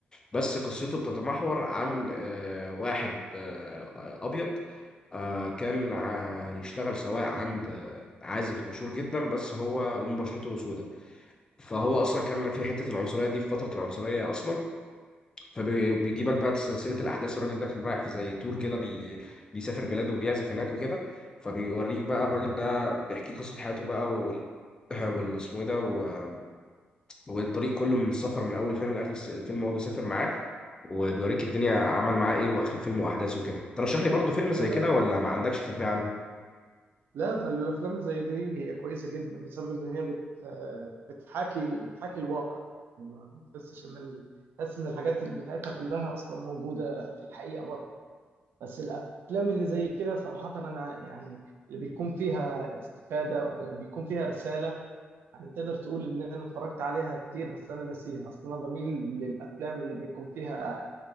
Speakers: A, on the left; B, on the right.
A: بس قصته بتتمحور عن آه، واحد آه، ابيض آه، كان ع- يشتغل سواق عند آه، عازف مشهور جدا بس هو لون بشرته سوداء فهو اصلا كان في حته العنصريه دي في فتره العنصريه اصلا فبيجيبك بقى سلسله الاحداث الراجل ده كان رايح في زي تور كده بي... بيسافر بلاده وبيعزف هناك وكده فبيوريك بقى الراجل ده بيحكي قصه حياته بقى وال <clears throat> وال- اسمه ايه ده و... والطريق كله من السفر من اول فيلم لاخر الس- الفيلم وهو بيسافر معاه وبيوريك الدنيا عمل معاه ايه واخر الفيلم واحداثه كده ترشح لي برضه فيلم
B: لا
A: زي
B: ده
A: كده ولا ما عندكش خلفيه عنه
B: لا، ده الافلام زي دي هي كويسة جدا بسبب ان هي بت آه، بتحاكي بتحاكي الواقع يعني ما بتحسش ان ال- تحس ان الحاجات بتاعتها كلها اصلا موجودة في الحقيقة برضه بس الافلام اللي زي كده صراحه انا يعني اللي بيكون فيها استفاده ولا بيكون فيها رساله يعني تقدر تقول ان انا اتفرجت عليها كتير بس انا ناسيها اصلا انا بميل للافلام اللي بيكون فيها